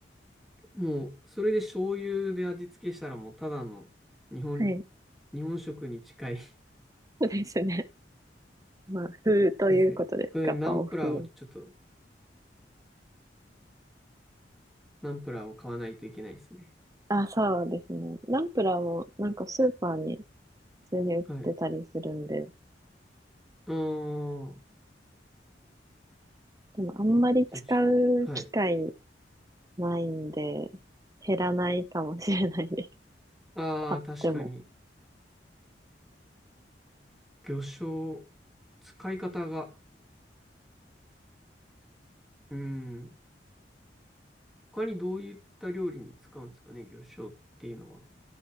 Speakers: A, in the centre; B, on the right.
A: もう、それで醤油で味付けしたらもうただの日本、
B: はい。
A: 日本食に近い。<laughs> そ
B: そうですね。<laughs> まあ、風ということで、
A: うですね。これナンプラーをちょっと
B: ガパオ風。
A: ナンプラーを買わないといけないですね。
B: あ、そうですね。ナンプラーもなんかスーパーに普通に売ってたりするんで、
A: はい。あー、
B: でもあんまり使う機会
A: じゃあちょ、はい。
B: ないんで、減らないかもしれないです。
A: ああ、
B: <laughs> 買っても。
A: 確かに、魚醤、使い方が、うん、他にどういった料理に使うんですかね、魚醤っていうのは。